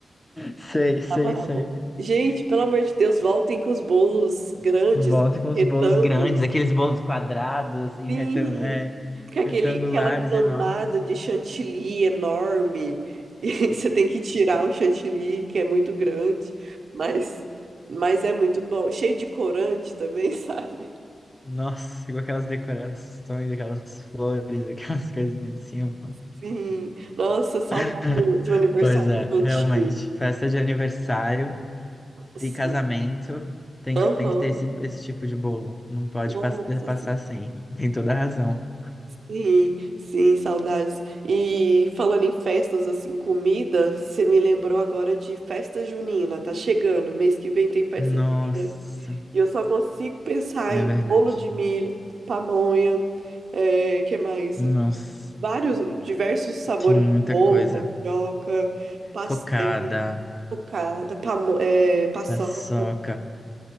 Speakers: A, on the left; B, on the right.
A: Sei, sei,
B: Tava lá.
A: sei.
B: Gente, pelo amor de Deus, voltem com os bolos grandes,
A: Volta com
B: retângulos.
A: os bolos grandes, aqueles bolos quadrados em
B: Sim,
A: retan- é,
B: com aquele,
A: retangulares
B: aquela camada
A: enormes.
B: de chantilly enorme. <laughs> E você tem que tirar o chantilly, que é muito grande, mas, mas é muito bom. Cheio de corante também, <laughs> sabe?
A: Nossa, com aquelas decorações, aquelas flores, aquelas <laughs> coisas em cima.
B: Sim. Nossa, saudade
A: <laughs>
B: de um de um aniversário
A: Pois é,
B: infantil.
A: realmente. Festa de aniversário
B: Sim.
A: e casamento tem,
B: Aham.
A: tem que ter esse, esse tipo de bolo. Não pode
B: Nossa,
A: pass- passar sem. Tem toda a razão.
B: Sim, sim, saudades. E falando em festas, assim, comida, você me lembrou agora de festa junina, tá chegando. Mês que vem tem festa
A: Nossa,
B: junina. E eu só consigo pensar
A: é
B: em
A: verdade.
B: bolo de milho, pamonha, é, que mais?
A: Nossa.
B: Vários, diversos sabores
A: Tinha muita
B: de bolo,
A: coisa.
B: mandioca, pastel,
A: Cocada,
B: cocada, pamo, é, paçoca.
A: paçoca,